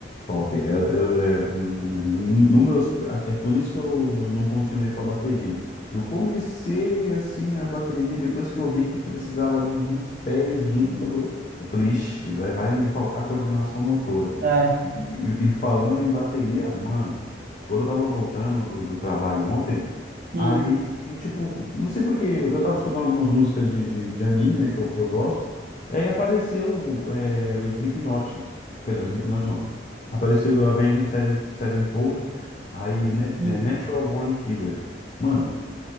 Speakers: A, on the left; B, on the right.
A: Top. É, eu- é, no meus, é por isso que eu, eu não continuei com a bateria. Eu comecei assim a bateria depois que eu vi que precisava dos pés junto com a. co- Eu falei, ixi, vai, vai me faltar coordenação motora.
B: É.
A: E, e- e falando em bateria, mano, quando eu tava voltando do, do trabalho ontem,
B: Hum,
A: aí, tipo, não sei porque eu tava escutando algumas músicas de, de, de anime, né, que eu, que eu gosto, e aí apareceu é, o Slipknot. Perdão, Slipknot não. Apareceu o Avenged Seven- Sevenfold, aí Net-
B: hum.
A: é, Natural Born Killer. Mano,